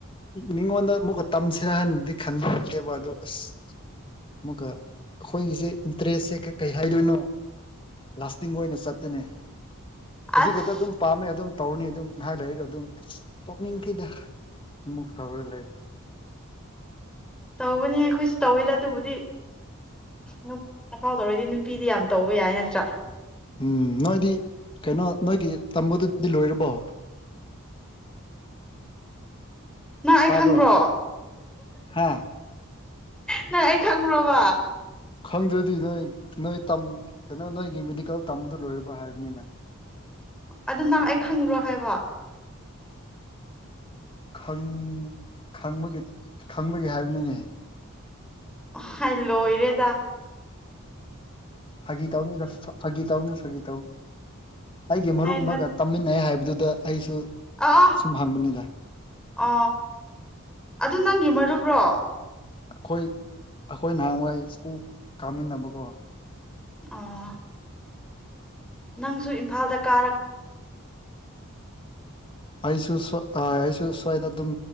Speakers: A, on the left; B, in the centre.
A: ꯃꯤꯉꯣꯟꯗ ꯑꯃꯨꯛꯀ ꯇꯝꯁꯤꯔꯥ ꯍꯥꯏꯅꯗꯤ ꯈꯟꯕ ꯈꯂꯦꯕ ꯑꯗꯨ ꯑꯁ ꯑꯃꯨꯛꯀ ꯑꯩꯈꯣꯏꯒꯤꯁꯦ ꯏꯟꯇꯔꯦꯁꯁꯦ ꯀꯩ ꯍꯥꯏꯗꯣꯏꯅꯣ ꯂꯥꯁꯇꯤꯡ ꯑꯣꯏꯅ ꯆꯠꯇꯦꯅꯦ ꯍꯧꯖꯤꯛ
B: ꯑꯁ
A: ꯈꯛꯇ ꯑꯗꯨꯝ ꯄꯥꯝꯃꯦ ꯑꯗꯨꯝ ꯇꯧꯔꯅꯤ ꯑꯗꯨꯝ ꯍꯥꯏꯔ ꯂꯩꯒ ꯑꯗꯨꯝ ꯑꯁ ꯇꯣꯛꯅꯤꯡꯈꯤꯗ ꯑꯃꯨꯛ ꯇꯧꯔꯒ ꯂꯩꯔꯤ
B: ꯇꯧꯕꯅꯦ ꯑꯩꯈꯣꯏꯁꯨ ꯇꯧꯋꯦꯗ ꯑꯗꯨꯕꯨꯗꯤ ꯅꯨꯞ ꯅꯨꯄꯥ ꯇꯧꯔꯗꯤ ꯅꯨꯄꯤꯗꯤ ꯌꯥꯝ ꯇꯧꯕ ꯌꯥꯏ ꯅꯠꯇ꯭ꯔꯥ
A: ꯎꯝ ꯅꯣꯏꯗꯤ ꯀꯩꯅꯣ ꯅꯣꯏꯒꯤ ꯇꯝꯕꯗꯨꯗꯤ ꯂꯣꯏꯔꯕꯣ
B: ꯅꯪ ꯑꯩ
A: ꯇꯥꯕ꯭ꯔꯣ
B: ꯈꯪꯕ꯭ꯔꯣ
A: ꯍꯥ
B: ꯅꯪ ꯑꯩ ꯈꯪꯕ꯭ꯔꯣꯕ
A: ꯈꯪꯗ꯭ꯔꯗꯤ ꯅꯣꯏ ꯅꯣꯏ ꯇꯝ ꯀꯩꯅꫭ ꯅꯣꯏꯒꯤ ꯃꯦꯗꯤꯀꯦꯜ ꯇꯝꯕꯗ ꯂꯣꯏꯔꯕ ꯍꯥꯏꯕꯅꯤꯅ
B: ꯑꯗꯨ ꯅꯪ ꯑꯩ ꯈꯪꯕ꯭ꯔꯣ ꯍꯥꯏꯕ
A: ꯈꯪ ꯈꯪꯕꯒꯤ ꯈꯪꯕꯒꯤ ꯍꯥꯏꯕꯅꯤꯅꯦ
B: ꯍꯥꯏ ꯂꯣꯏꯔꯦꯗ
A: ꯐꯥꯒꯤ ꯇꯧꯅꯤꯗ ꯐꯥꯒꯤ ꯇꯧꯅꯤ ꯐꯒꯤ ꯇꯧ ꯑꯩꯒꯤ ꯃꯔꯨꯞ
B: ꯑꯩ
A: ꯑꯃꯒ ꯇꯝꯃꯤꯟꯅꯩ ꯍꯥꯏꯕꯗꯨꯗ ꯑꯩꯁꯨ
B: ꯑ ꯑꯣ
A: ꯑꯁꯨꯝ ꯍꯪꯕꯅꯤꯗ
B: ꯑ ꯑꯗꯨ ꯅꯪꯒꯤ ꯃꯔꯨꯄ꯭ꯔꯣ
A: ꯑꯩꯈꯣꯏ ꯑꯩꯈꯣꯏ ꯅꯍꯥꯟꯋꯥꯏ ꯁ꯭ꯀꯨꯜ ꯀꯥꯃꯤꯟꯅꯕꯀꯣ
B: ꯑꯣ ꯅꯪꯁꯨ ꯏꯝꯐꯥꯜꯗ ꯀꯥꯔꯛ
A: ꯑꯩꯁꯨ ꯁꯣ ꯑꯩꯁꯨ ꯁꯨ꯭ꯋꯥꯏꯗ ꯑꯗꯨꯝ